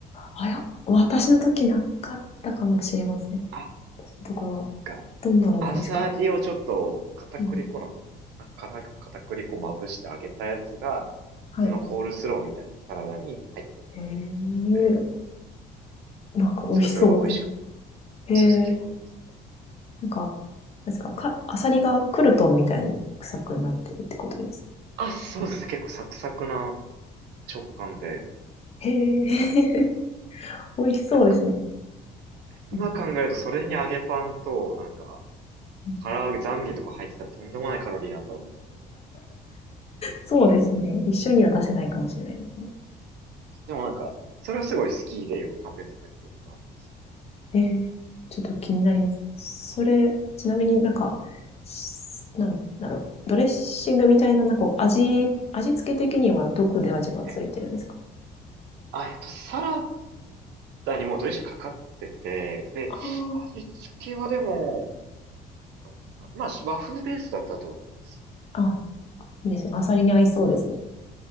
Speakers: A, on the left (about 35°); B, on the right (about 80°).
A: あや、私の時なかったかもしれません。
B: あ、
A: 私のところは。
B: なんか、
A: どんなのなんですか
B: アサリをちょっと片栗粉なのかなから片栗粉まぶして揚げたやつが、
A: うん。はい。
B: 普通のコールスローみたいなサラダに入ってる
A: へえ、
B: ので、
A: なんか美味しそうで。
B: すごいそれが美味しかった。
A: へえ、
B: そうですね、記憶ありますね。
A: なんか、なんですか、か、アサリがクルトンみたいにサクサクになってるってことですか
B: あ、そうですね、結構サクサクな食感で、
A: へえ、<laughs> 美味しそうですね。
B: なんか、今考えるとそれに揚げパンと、
A: うん
B: なんか、
A: うん
B: 唐揚げ、ザンギとか入ってたらとんでもないカロリーなんだろうなと思うんですけど。
A: そうですね。一緒には出せないかもしれないですね。
B: でもなんか、それはすごい好きでよく食べてた記憶がありますね。
A: ええ、ちょっと気になります。それ、ちなみになんか、しなんだろう、ドレッシングみたいな、なんかこう味、味付け的にはどこで味がついてるんですか
B: ええあ、えっと、サラダにもうドレッシングかかってて、で、
A: あ
B: 味付けはでも、どんな、まあ、和風ベースだったと思います。
A: あー、あ、いいですね。アサリに合いそうですね。